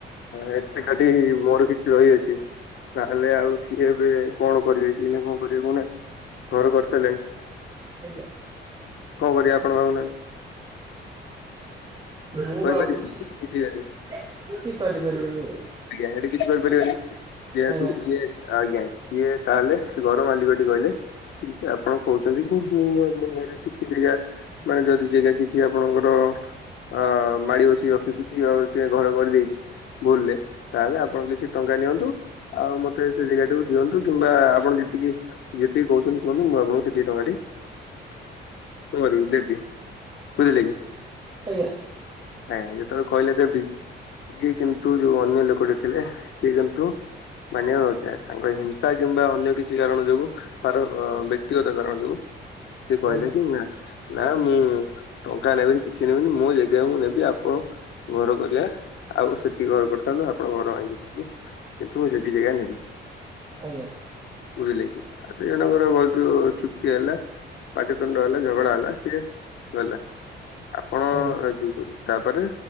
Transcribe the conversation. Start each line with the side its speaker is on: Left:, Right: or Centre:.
Left: ଏ ଏକାଠି ମୋର କିଛି ରହିଅଛି, ତାହେଲେ ଆଉ ସିଏ ଏବେ କଣ କରିବେ ସିଏ ନା କଣ କରିବେ କୋଉନାହାନ୍ତି ଘର କରିସାରିଲେଣି?
Right: ଆଜ୍ଞା।
Left: କଣ କରିବା ଆପଣ ଭାବୁନାହାନ୍ତି?
Right: ମୁଁ
Left: କରିପାରିବେନି
Right: ଭାବୁଛି
Left: କିଛି
Right: କିଛି କରିପାରିବିନି।
Left: ଆଜ୍ଞା ସେଠି କିଛି କରିପାରିବନି ଯେହେତୁ
Right: ଆଜ୍ଞା
Left: ଇଏ ଆଜ୍ଞା। ସିଏ ତାହେଲେ ସେ ଘର ମାଲିକଟି କହିଲେ ଆପଣ କହୁଛନ୍ତି ଆପ ଘରେ କିଛି ଜାଗା ମାନେ ଯଦି ଜାଗା କିଛି ଆପଣଙ୍କର ଅ ମାଡି ବସିିକି ରଖିଛି କି ଘର କରିଦେଇଛି ଭୁଲରେ। ତାହେଲେ ଆପଣ କିଛି ଟଙ୍କା ନିଅନ୍ତୁ ଆଉ ମତେ ସେ ଜାଗାଟିକୁ ଦିଅନ୍ତୁ କିମ୍ବା ଆପଣ ଯେତିକି ଯେତିକି କହୁଛନ୍ତି କୁହନ୍ତୁ ମୁଁ ଆପଣଙ୍କୁ ସେତିକି ଟଙ୍କାଟି କଣ କରିବି ଦେବି ବୁଝିଲେ କି?
Right: ଆଜ୍ଞା।
Left: ଆଜ୍ଞା ଯେତେବେଳେ କହିଲେ ଦେବି ଇଏ କିନ୍ତୁ ଯୋଉ ଅନ୍ୟ ଲୋକଟେ ଥିଲେ ସିଏ କିନ୍ତୁ ମାନିବା ନଥାଏ ତାଙ୍କର ହିଂସା କିମ୍ବା ଅନ୍ୟ କିଛି କାରଣ ଯୋଗୁ ତାର ବ୍ୟକ୍ତିଗତ କାରଣ ଯୋଗୁ। ସେ କହିଲେ
Right: ଆଜ୍ଞା
Left: କି ନା। ନା ମୁଁ ଟଙ୍କା ନେବିନି କିଛି ନେବିନି ମୋ ଜାଗା ମୁ ନେବି ଆପଣ ଘର କରିବା, ଆଉ ସେ। ଏତି ଘର କରିଥାନ୍ତୁ ଆପଣ ଘର ଆଣିିଥାନ୍ତୁ କିନ୍ତୁ ମୁଁ ସେତିି ଜାଗା ନେବି।
Right: ଆଜ୍ଞା।
Left: ବୁଝିଲେ, କି ଆ ଜଣଙ୍କର ବହୁତ ଚୁକ୍ତି ହେଲା ପାଟିତୁଣ୍ଡ ହେଲା ଝଗଡା ହେଲା ସିଏ ଗଲା। ଆପଣ
Right: ଆଜ୍ଞା
Left: ଯୋଉ ତାପରେ